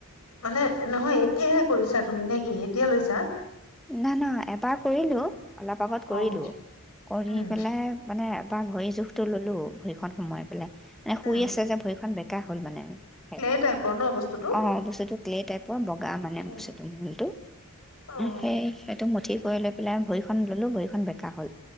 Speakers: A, on the left; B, in the centre.
A: মানে নহয়, এতিয়াহে কৰিছা তুমি নে কি এতিয়া লৈছা?
B: না, না। এবাৰ কৰিলোঁ। অলপ আগত কৰিলোঁ।
A: অ
B: কৰি
A: উম
B: পেলাই, মানে, এবাৰ ভৰি জোখটো ল'লোঁ ভৰিখন সোমাই পেলাই, মানে, শুই
A: উম,
B: আছে যে, ভৰিখন বেকা হ'ল। মানে, সেই,
A: ক্লে টাইপৰ ন বস্তুটো
B: অ', বস্তুটো ক্লে টাইপৰ বগা, মানে,
A: অ
B: বস্তুটো। ম'ল্ডটো
A: অ
B: সেই, সেইটো মঠি কৰি লৈ পেলাই, ভৰিখন ল'লোঁ। ভৰিখন বেকা হ'ল।